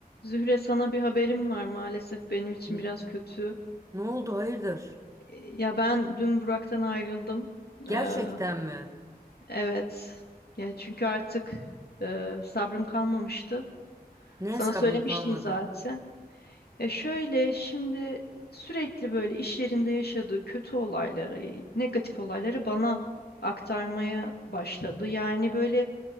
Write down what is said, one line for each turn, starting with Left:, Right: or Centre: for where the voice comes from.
Left: Zühre sana bir haberim var maalesef benim için
Right: N-
Left: biraz kötü.
Right: Ne oldu hayırdır?
Left: E, Ya ben dün Burak'tan ayrıldım.
Right: Gerçekten
Left: Ee,
Right: mi?
Left: evet. Ya çünkü artık e, sabrım kalmamıştı.
Right: Neye
Left: Sana
Right: sabrın
Left: söylemiştim
Right: kalmadı?
Left: zaten. Ya şöyle şimdi sürekli böyle iş yerinde yaşadığı kötü olayları, negatif olayları bana aktarmaya başladı. Yani böyle